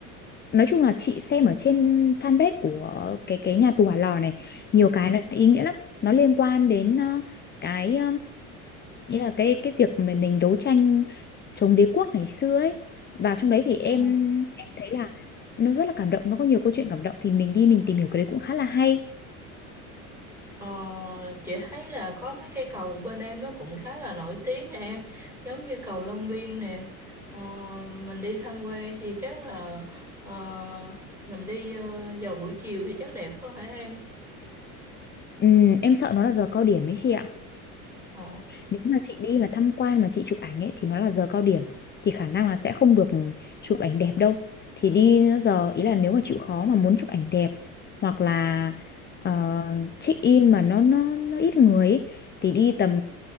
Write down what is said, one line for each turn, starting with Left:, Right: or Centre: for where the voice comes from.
Left: nói chung là chị xem ở trên fanpage của cái cái nhà tù Hỏa Lò này nhiều cái nó ý nghĩa lắm nó liên quan đến ờ, cái nghĩa là cái cái việc mà mình đấu tranh chống đế quốc ngày xưa ấy và trong đấy thì em
Centre: Ừ.
Left: em thấy là nó rất là cảm động, nó có nhiều câu chuyện cảm động thì mình đi mình tìm hiểu cái đấy cũng khá là hay.
Centre: Ờ, chị thấy là có mấy cây cầu bên em nó cũng khá là nổi tiếng nè em giống như cầu Long Biên nè Ờ, mình đi tham quan thì chắc là ờ, mình đi ờ, vào buổi chiều thì chắc đẹp hơn hả em
Left: Ừm, em sợ nó là giờ cao điểm ấy chị ạ.
Centre: Ồ,
Left: nếu mà chị đi mà tham quan mà chị chụp ảnh ấy thì nó là giờ cao điểm thì khả năng là sẽ không được chụp ảnh đẹp đâu thì đi giờ ý là nếu mà chịu khó mà muốn chụp ảnh đẹp hoặc là ờ, check in mà nó nó nó ít người ấy, thì đi tầm